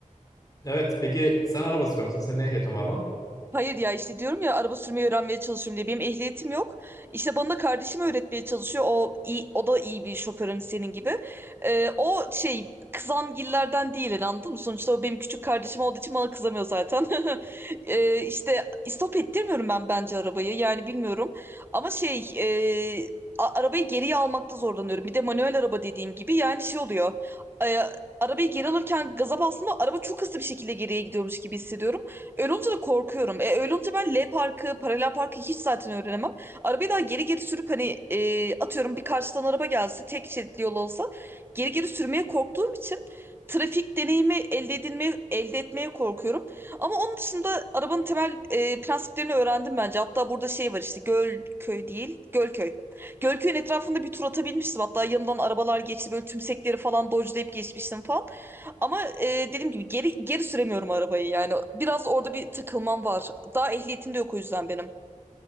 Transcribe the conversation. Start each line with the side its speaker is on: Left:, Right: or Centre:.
Left: Evet peki sen araba sürüyor musun? Senin ehliyetin var mı?
Right: Hayır ya işte diyorum ya araba sürmeyi öğrenmeye çalışıyorum diye. Benim ehliyetim yok. İşte bana da kardeşim öğretmeye çalışıyor. O iyi, o da iyi bir şoförün senin gibi. Ee, o şey kızamgillerden değil yani, anladın mı? Sonuçta o benim küçük kardeşim olduğu için bana kızamıyor zaten. <laughs> Ee, işte istop ettirmiyorum ben bence arabayı. Yani bilmiyorum. Ama şey e, a- arabayı geriye almakta zorlanıyorum. Bir de manuel araba dediğim gibi yani şey oluyor. Ee, arabayı geri alırken gaza bastığımda araba çok hızlı bir şekilde geriye gidiyormuş gibi hissediyorum. Öyle olunca da korkuyorum. E, öyle olunca ben L parkı, paralel parkı hiç zaten öğrenemem. Arabayı daha geri geri sürüp hani e, atıyorum bir karşıdan araba gelse tek şeritli yol olsa geri geri sürmeye korktuğum için trafik deneyimi elde edilmeye, elde etmeye korkuyorum. Ama onun dışında arabanın temel e, prensiplerini öğrendim bence. Hatta burada şey var işte Gölköy değil, Gölköy. Gölköy'ün etrafında bir tur atabilmiştim. Hatta yanımdan arabalar geçti böyle tümsekleri falan dodge'layıp geçmiştim falan. Ama e, dediğim gibi geri geri süremiyorum arabayı yani. Biraz orada bir takılmam var. Daha ehliyetim de yok o yüzden benim.